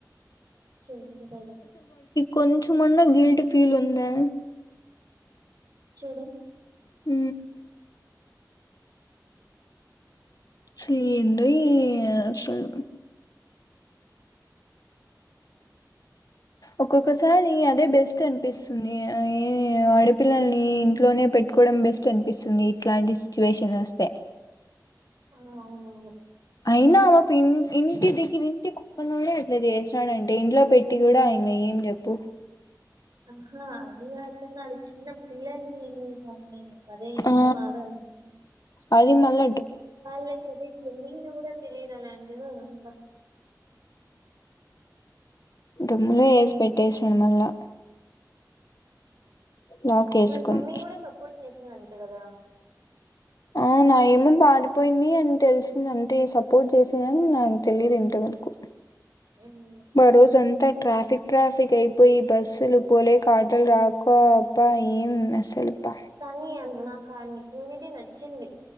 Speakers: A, on the right (about 65°); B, on the left (about 60°).
A: చూడు ఎంత ధైర్యమో
B: కొంచమ అన్నా గిల్ట్ ఫీల్ ఉందా
A: చూడు
B: హ అస్సలు ఏందో అస్సలు ఒక్కొక్కసారి అదే బెస్ట్ అనిపిస్తుంది ఆడపిల్లల్ని ఇంట్లోనే పెట్టుకోవడం బెస్ట్ అనిపిస్తుంది ఇట్లాంటి సిచ్యువేషన్ వస్తే
A: ఆ అవునవును
B: అయినా అమ్ ఇంటి దగర ఇంటి పక్కననే అట్లా చేసాడంటే ఇంట్లో పెట్టి కూడా ఆయన ఏం చెప్పు
A: ఆహా అదే అదు ప అది చిన్న పిల్లల్ని ఏమి సని నాకు అదే
B: ఆ
A: బాధ అనిపిస్తంది
B: అది మళ
A: పల్లకి రీతిను కూడా తెలిదల అండిబా
B: డ్రమ్ములో వేసి పెట్టేసాడు మళ్ళా లాక్ వేసుకొని
A: వాళ్ళ మమ్మీ కూడా సపోర్ట్ చేసిందంమా అ కదా
B: ఆ నా ఏమో పాారిపోయింది అని తెలిసింది అంటే సపోర్ట్ చేసిందని నాకు తెలియదు ఇంతవరకు
A: ఉమ్
B: భరోజంత ట్రాఫిక్ ట్రాఫిక్ అయిపోయి బస్సులు పోలేకా ఆటోలు రాక పై
A: ఉమ్.
B: మె సలు ప
A: కానీ అన్- నాకు ఆ ఇమ్యూనిటీ నచ్చింది